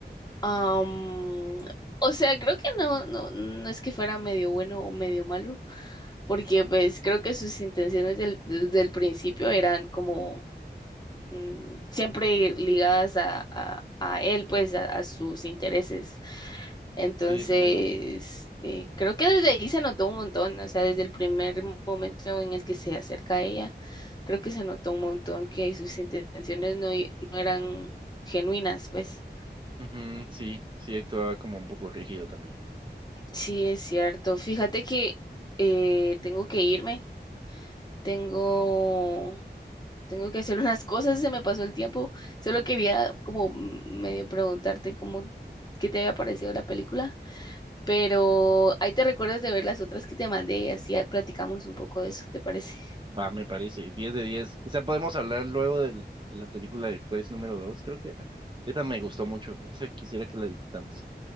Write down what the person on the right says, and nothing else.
Sí, eso sí.
Ujú, sí, sí actuaba como un poco rígido también.
Va, me parece. diez de diez Quizá podemos hablar luego de la película de juez número dos creo que era. Esa me gustó mucho. Esa quisiera que la discutamos.